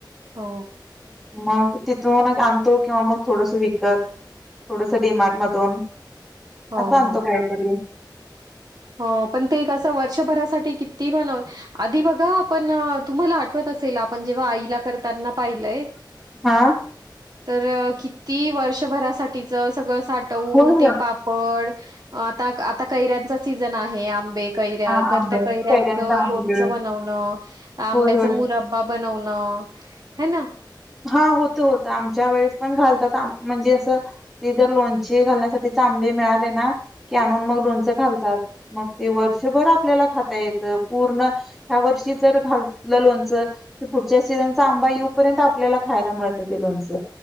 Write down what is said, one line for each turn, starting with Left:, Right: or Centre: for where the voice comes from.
Right: हो
Centre: मग तिथून आणतो किंवा मग थोडस विकत थोडसं डीमार्ट मधून
Right: हो,
Centre: असं आणतो
Right: हो.
Centre: काहीतरी
Right: हो पण ते एक असं वर्षभरासाठी किती पण आधी बघा आपण तुम्हाला आठवत अस असेल आपण जेव्हा आईला करताना पाहिलंय.
Centre: हा
Right: तर किती वर्षभरासाठी तीच सगळं साठवून
Centre: होय होय
Right: ते पापड आता आता कैऱ्यांचा सीझन आहे आंबे. कैऱ्या
Centre: हा
Right: तर
Centre: आंबे
Right: त्या कैऱ्यांचं
Centre: कैऱ्यांचा आंबे
Right: लोणचं बनवणं आंब्याच
Centre: होय होय
Right: मुरब्बां बनवणं. हे ना
Centre: हा होत होत आमच्या वेळेस पण घालतात म्हणजे असं ते जर लोणचे घालण्यासाठीचे आंबे मिळाले ना की आणून मग लोणचं घालतात मग ते वर्षभर आपल्याला खाता येत पूर्ण ह्या वर्षी जर घातलं लोणचं तर पुढच्या सीजनचा आंबा येऊपर्यंत आपल्याला खायला मिळतं ते लोणचं